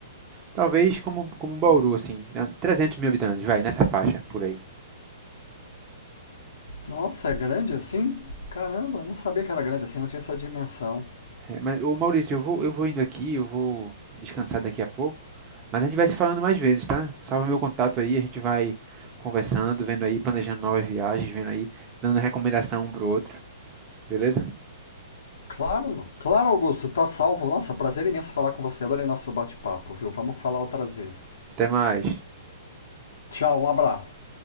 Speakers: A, on the right; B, on the left.
A: Talvez como, como um Bauru, assim, né, 300 mil habitantes, vai, nessa faixa por aí.
B: nossa, é grande assim? Caramba, não sabia que era grande assim, não tinha essa dimensão.
A: É, mas, ô Maurício, eu vou, eu vou indo aqui, eu vou descansar daqui a pouco, mas a gente vai se falando mais vezes, tá? Salva meu contato aí, a gente vai conversando, vendo aí, planejando novas viagens, vendo aí, dando recomendação um pro outro, beleza?
B: Claro, claro, Augusto, tá salvo. Nossa, prazer imenso falar com você. Adorei nosso bate-papo, viu? Vamos falar outras vezes.
A: Até mais.
B: Tchau, um abraço.